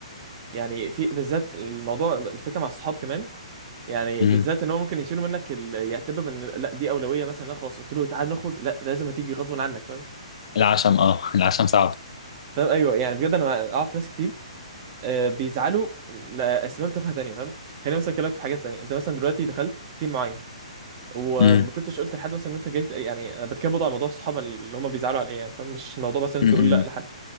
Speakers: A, on the right; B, on the left.
A: يعني في بالذات الموضوع الفكره مع الصحاب كمان يعني
B: امم
A: بالذات ان هو ممكن يشيلوا منك ال... يعتبر ان لا دي اولويه مثلا انا خلاص قلت له تعال نخرج لا لازم هتيجي غصب عنك فاهم
B: العشم اه <laughs> العشم صعب
A: فاهم ايوه يعني بجد انا اعرف ناس كتير آه، بيزعلوا لاسباب تافهه تانية فاهم خليني مثلا اكلمك في حاجات تانية انت مثلا دلوقتي دخلت تيم معين وما
B: امم
A: كنتش قلت لحد مثلا ان انت جاي يعني انا بتكلم برضه على موضوع الصحاب اللي هم بيزعلوا على ايه يعني فاهم مش موضوع مثلا
B: امم
A: انت تقول لا لحد